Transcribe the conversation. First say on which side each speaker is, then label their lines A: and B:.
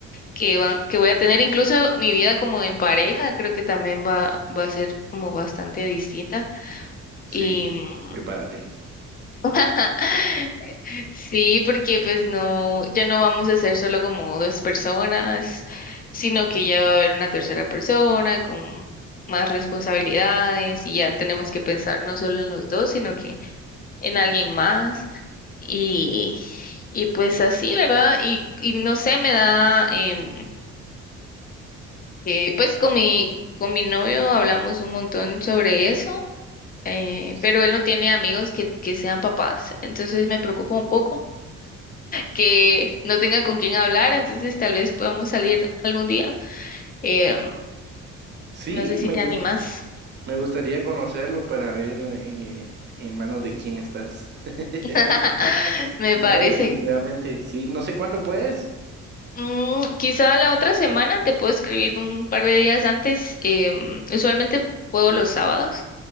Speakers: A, on the left (about 30°); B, on the right (about 35°).
A: que van, que voy a tener. Incluso mi vida como en pareja creo que también va, va a ser como bastante distinta.
B: Sí,
A: Y mm,
B: prepárate.
A: <laughs> sí, porque pues no, ya no vamos a ser solo como dos personas, sino que ya va a haber una tercera persona con más responsabilidades y ya tenemos que pensar no solo en los dos, sino que en
B: Ujú,
A: alguien más. Y, y pues así, ¿verdad? Y, y no sé, me da em, que pues con mi, con mi novio hablamos un montón sobre eso, eh,
B: Sí,
A: pero él no tiene amigos que, que sean papás, entonces me preocupa un poco que no tenga con quién hablar, entonces tal vez podemos salir algún día. Em,
B: sí,
A: no sé si
B: me
A: te
B: gus-
A: animas.
B: me gustaría conocerlo para ver eh, en manos de quién estás. <laughs>
A: <laughs> Me
B: No,
A: parece.
B: definitivamente, sí, no sé cuándo puedes.
A: Mm, quizá la otra semana te puedo escribir un par de días antes. em, usualmente puedo los sábados,